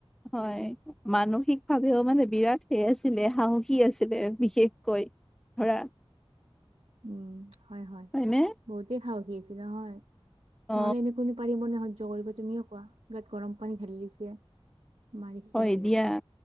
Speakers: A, in the centre; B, on the right.
A: হয়। মানসিক ভাৱেও মানে বিৰাট সে আছিলে সাহসী আছিলে বিশেষকৈ। ধৰা
B: উম হয় হয়,
A: হয়নে
B: বহুতেই সাহসী আছিলে হয়
A: অ
B: নহলে এনেকৈ পাৰিবনে সহ্য কৰিব তুমিয়ে কোৱা গাত গৰম পানী ঢালি দিছে। মাৰিছে,
A: হয় দিয়া